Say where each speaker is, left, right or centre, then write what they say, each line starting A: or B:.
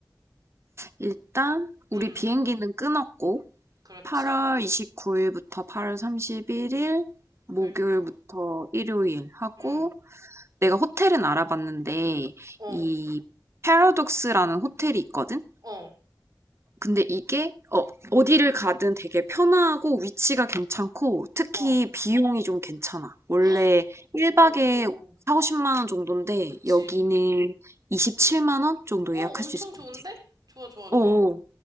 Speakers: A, on the right (about 40°); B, on the right (about 60°).
A: 일단 우리
B: 응,
A: 비행기는 끊었고
B: 그렇지.
A: 8월 29일부터 8월 31일 목요일부터
B: 그러니까,
A: 일요일 하고
B: 응,
A: 내가 호텔은 알아봤는데
B: 어,
A: 이 패러독스라는 호텔이 있거든?
B: 어,
A: 근데 이게 어, 어디를 가든 되게 편하고 위치가 괜찮고 특히
B: 어.
A: 비용이 좀 괜찮아. 원래
B: <gasps> 헉! 오,
A: 1박에 4, 50만 원 정도인데
B: 그치.
A: 여기는 27만 원 정도
B: 어,
A: 예약할
B: 엄청
A: 수 있을 것
B: 좋은데?
A: 같아.
B: 좋아, 좋아, 좋아.
A: 어어.